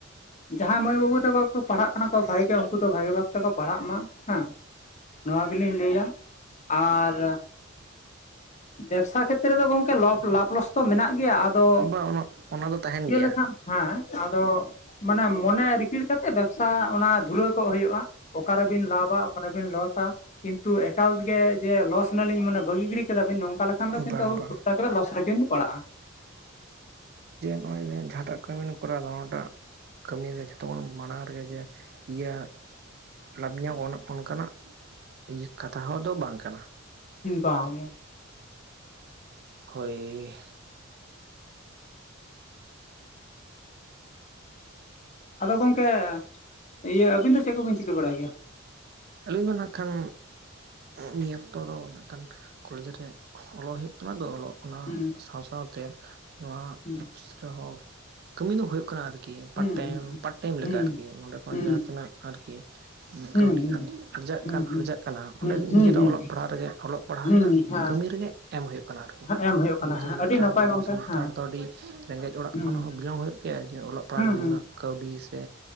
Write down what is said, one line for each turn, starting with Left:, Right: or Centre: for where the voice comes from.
Left: ᱡᱟᱦᱟᱸᱟᱸᱭ ᱢᱟᱹᱭ ᱵᱟᱹᱵᱩ ᱛᱟᱠᱚ ᱯᱟᱲᱦᱟᱜ ᱠᱟᱱᱟ ᱠᱚ ᱵᱷᱟᱜ ᱜᱮ ᱩᱱᱠᱩ ᱫᱚ ᱵᱷᱟᱜᱤ ᱵᱷᱟᱵ ᱛᱮᱠᱚ ᱯᱟᱲᱦᱟᱜ ᱢᱟ ᱦᱮᱸ ᱱᱚᱣᱟ ᱜᱮ ᱞᱤᱧ ᱞᱟᱹᱭᱟ ᱟᱨ ᱵᱮᱵᱽᱥᱟ ᱠᱷᱮᱛ ᱨᱮ ᱨᱮ ᱫᱚ ᱜᱚᱝᱠᱮ ᱞᱟᱵᱷ ᱞᱚᱥᱛᱚ ᱢᱮᱱᱟᱜ ᱜᱮᱭᱟ᱾ ᱟᱫᱚ
Right: ᱵᱟ ᱚᱱᱟ ᱚᱱᱟ ᱫᱚ ᱛᱟᱦᱮᱱ
Left: ᱤᱭᱟᱹ
Right: ᱜᱮᱭᱟ
Left: ᱞᱮᱠᱷᱟᱱ ᱦᱮᱸ ᱟᱫᱚ᱾ ᱢᱟᱱᱮ ᱢᱚᱱᱮ ᱨᱤᱠᱤᱲ ᱠᱟᱛᱮᱜ ᱵᱮᱵᱥᱟ ᱚᱱᱟ ᱫᱷᱩᱨᱟᱹᱣ ᱠᱚᱜ ᱦᱩᱭᱩᱜᱼᱟ ᱚᱠᱟᱨᱮᱵᱤᱱ ᱞᱟᱵᱷ ᱠᱚᱣᱟᱜ ᱚᱠᱟᱨᱮ ᱵᱮᱱ ᱞᱚᱥᱟ ᱠᱤᱱᱛᱩ ᱮᱠᱟᱞᱜᱮ ᱡᱮ ᱞᱚᱥ ᱱᱟᱞᱤᱧ ᱢᱟᱱᱮ ᱵᱟᱹᱜᱤ ᱜᱤᱲᱤ ᱠᱮᱫᱟᱵᱤᱱ ᱱᱚᱝᱠᱟ ᱞᱮᱠᱷᱟᱱ
Right: ᱵᱟᱝ
Left: ᱫᱚ ᱠᱤᱱᱛᱩ ᱟᱵᱚ
Right: ᱵᱟᱝ
Left: ᱠᱚᱨᱮ ᱞᱚᱥ ᱨᱮᱜᱤᱧ ᱯᱟᱲᱟᱜ-ᱟ᱾
Right: ᱦᱳᱭ ᱜᱮ ᱡᱟᱦᱟᱸᱴᱟᱜ ᱠᱟᱹᱢᱤᱱ ᱠᱚᱨᱟᱣᱫᱟ ᱚᱱᱟᱴᱟᱜ ᱠᱟᱹᱢᱤ ᱨᱮ ᱡᱷᱚᱛᱚ ᱠᱷᱚᱱ ᱢᱟᱲᱟᱝ ᱨᱮᱜᱮ ᱡᱮ ᱤᱭᱟᱜ ᱞᱟᱵᱷ ᱧᱟᱢᱚᱜ ᱚᱱᱠᱟᱱᱟᱜ ᱤᱭᱟᱹ ᱠᱟᱛᱷᱟ ᱦᱚᱸ ᱫᱚ ᱵᱟᱝ ᱠᱟᱱᱟ᱾
Left: ᱵᱟᱝ
Right: ᱦᱳᱭ
Left: ᱟᱫᱚ ᱜᱚᱝᱠᱮ ᱤᱭᱟᱹ ᱟᱹᱵᱤᱱ ᱫᱚ ᱪᱮ ᱠᱚᱵᱤᱱ ᱪᱤᱠᱟᱹ ᱵᱟᱲᱟᱭ ᱜᱮᱭᱟ?
Right: ᱟᱹᱞᱤᱧ ᱫᱚ ᱱᱟᱜ ᱠᱷᱟᱱ ᱱᱤᱭᱟᱹ ᱚᱠᱛᱚ ᱫᱚ ᱱᱟᱜ ᱠᱷᱟᱱ ᱠᱚᱞᱮᱡᱽ ᱨᱮ ᱚᱞᱚᱜ ᱦᱩᱭᱩᱜ ᱠᱟᱱᱟ ᱫᱚ ᱚᱞᱚᱜ ᱚᱱᱟ
Left: ᱦᱩᱸ
Right: ᱥᱟᱶ ᱥᱟᱶᱛᱮ ᱱᱚᱣᱟ
Left: ᱦᱩᱸ
Right: ᱟᱯᱷᱤᱥ ᱨᱮᱦᱚᱸ ᱠᱟᱹᱢᱤ ᱫᱚ ᱦᱳᱭᱳᱜ ᱠᱟᱱᱟ ᱟᱨ ᱠᱤ ᱯᱟᱴ
Left: ᱦᱩᱸ
Right: ᱴᱟᱭᱤᱢ ᱯᱟᱴᱴᱟᱭᱤᱢ ᱞᱮᱠᱟ
Left: ᱦᱩᱸ
Right: ᱟᱨᱠᱤ ᱱᱚᱸᱰᱮ ᱠᱷᱚᱱ
Left: ᱦᱩᱸ
Right: ᱡᱟᱦᱟᱸ ᱛᱤᱱᱟᱹᱜ ᱟᱨᱠᱤ
Left: ᱦᱩᱸ
Right: ᱠᱟᱹᱣᱰᱤ
Left: ᱦᱩᱸ
Right: ᱟᱨᱡᱟᱜ
Left: ᱦᱩᱸ
Right: ᱠᱟᱱ
Left: ᱦᱩᱸ
Right: ᱟᱨᱡᱟᱜ ᱠᱟᱱᱟ ᱚᱸᱰᱮᱱ
Left: ᱦᱩᱸ ᱦᱩᱸ
Right: ᱱᱤᱡᱮᱨᱟᱜ
Left: ᱦᱩᱸ
Right: ᱚᱞᱚᱜ ᱯᱟᱲᱦᱟᱜ ᱨᱮᱜᱮ ᱚᱞᱚᱜ ᱯᱟᱲᱦᱟᱜ
Left: ᱦᱩᱸ
Right: ᱨᱮᱱᱟᱜ
Left: ᱦᱩᱸ ᱦᱮᱸ
Right: ᱠᱟᱹᱢᱤ ᱨᱮᱜᱮ ᱮᱢ ᱦᱳᱭᱳᱜ ᱠᱟᱱᱟ ᱟᱨᱠᱤ
Left: ᱮᱢ ᱦᱩᱭᱩᱜ ᱠᱟᱱᱟ
Right: ᱡᱮᱦᱮᱛᱩ
Left: ᱦᱟᱸᱜ
Right: ᱱᱟᱜ
Left: ᱟᱹᱰᱤ
Right: ᱠᱷᱟᱱ
Left: ᱱᱟᱯᱟᱭ
Right: ᱟᱵᱚ
Left: ᱜᱚᱝᱠᱮ
Right: ᱥᱟᱱᱛᱟᱲ
Left: ᱦᱮᱸ
Right: ᱫᱚ ᱟᱹᱰᱤ‌ ᱨᱮᱸᱜᱮᱡ ᱚᱲᱟᱜ
Left: ᱦᱩᱸ
Right: ᱠᱷᱚᱱ ᱦᱚᱸ ᱵᱤᱞᱚᱝ ᱦᱩᱭᱩᱜ ᱠᱮᱭᱟᱡᱟᱣ ᱚᱞᱚᱜ ᱯᱟᱲᱦᱟᱜ
Left: ᱦᱩᱸ
Right: ᱞᱟᱹᱜᱤᱫ
Left: ᱦᱩᱸ
Right: ᱩᱱᱟᱹᱜ ᱠᱟᱹᱣᱰᱤ ᱥᱮ